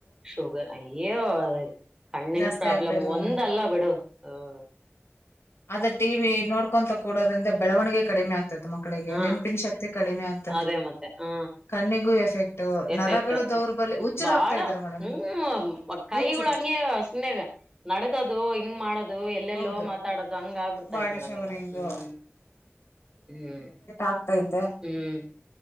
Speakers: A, on the right; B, on the left.
A: ಶುಗರ್ ಅಯ್ಯೋ ಕಣ್ಣಿನ
B: ಜಾಸ್ತಿ
A: ಪ್ರಾಬ್ಲಮ್
B: ಆಗ್ತಾ ಇರೋದು
A: ಒಂದ್ ಅಲ್ಲ ಬಿಡು ಹಾಂ
B: ಆದ ಟಿವಿ ನೋಡ್ಕೊಂತ ಕೂಡೋದ್ರಿಂದ ಬೆಳವಣಿಗೆ ಕಡಿಮೆ ಆಗ್ತತೆ ಮಕ್ಕಳಿಗೆ
A: ಹ
B: ನೆನ್ಪಿನ ಶಕ್ತಿ ಕಡಿಮೆ ಆಗ್ತ
A: ಅದೇ ಮತ್ತೆ ಹಾ
B: ಕಣ್ಣಿಗೂ ಎಫೆಕ್ಟ್
A: ಎಫೆಕ್ಟ್
B: ನರಗಳು ದೌರ್ಬಲ್ಯ ಹುಚ್ಚರು
A: ಬಾಳ
B: ಆಗ್ತಾ ಇದ್ದಾರೆ ಮೇಡಮ್
A: ಹ್ಮ್ ಕೈಗಳು
B: ಹುಚ್ಚರು
A: ಹಂಗಗೆ ಸುಮ್ಮನೆ ನಡಗದು ಹಿಂಗ್ ಮಾಡದು ದು ಎಲ್ಲೆಲ್ಲೋ
B: ಹೌದು
A: ಮಾತಾಡೋದು ಹಂಗ ಆ ಬಿಡ್ತಾೈತ್
B: ಬಾಡಿ
A: ಮೇಡಮ್
B: ಶವರಿಂಗು
A: ಈಗ ಹ್ಮ್ ಹ್ಮ್
B: ಆತೈತೆ
A: ಹ್ಮ್